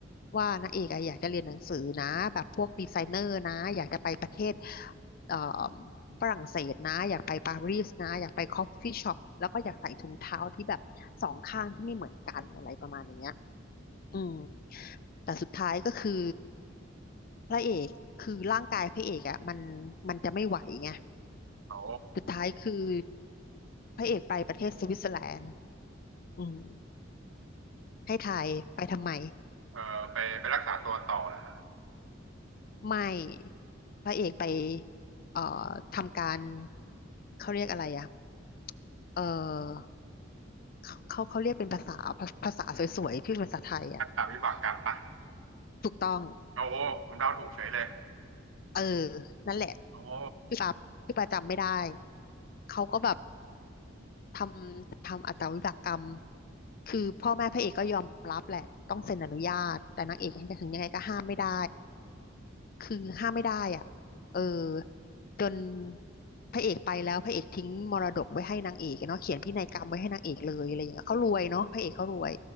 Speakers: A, on the left; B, on the right.
A: ว่านางเอกอะอยากจะเรียนหนังสือนะแบบพวกดีไซเนอร์นะอยากจะไปประเทศเอ่อฝรั่งเศสนะอยากไปปารีสนะอยากไปคอฟฟี่ช็อปแล้วก็อยากใส่ถุงเท้าที่แบบสองข้างที่ไม่เหมือนกันอะไรประมาณอย่างเงี้ยอืมแต่สุดท้ายก็คือ พระเอกคือร่างกายพระเอกอ่ะมันมันจะไม่ไหวไง
B: เขา
A: สุดท้ายคือพระเอกไปประเทศสวิตเซอร์แลนด์อืมให้ทายไปทำไม
B: เออไปไปรักษาตัวต่อแหละ
A: ไม่พระเอกไปเอ่อทำการเขาเรียกอะไรอ่ะเออเขาเขาเขาเรียกเป็นภาษาภาภาษาสวยๆที่เป็นภาษาไทยอ่ะ
B: รักษาวิบากกรรมปะ
A: ถูกต้อง
B: โอ้โหผมเดาถูกเฉยเลย
A: เออนั่นแหละ
B: โอ้โห
A: พี่ปาพี่ปาจำไม่ได้เขาก็แบบ ทำทำอาตวิบากกรรม คือพ่อแม่พระเอกก็ยอมรับแหละ ต้องเซ็นอนุญาต แต่นางเอกถึงยังไงก็ห้ามไม่ได้คือห้ามไม่ได้อ่ะเออจนพระเอกไปแล้วพระเอกทิ้งมรดกไว้ให้นางเอกเนาะเขียนพินัยกรรมไว้ให้นางเอกเลยอะไรอย่างเงี้ยเขารวยเนาะพระเอกเขารวย